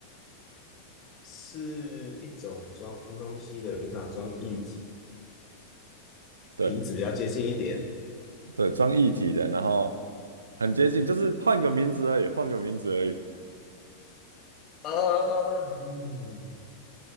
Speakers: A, on the left (about 30°); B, on the right (about 70°).
A: 是一种装东西的，平常装液体，
B: 对
A: 瓶子比较接近一点。
B: 对，装一体的，然后很接近，就是换个名字而已，换个名字而已。
A: 呃，嗯，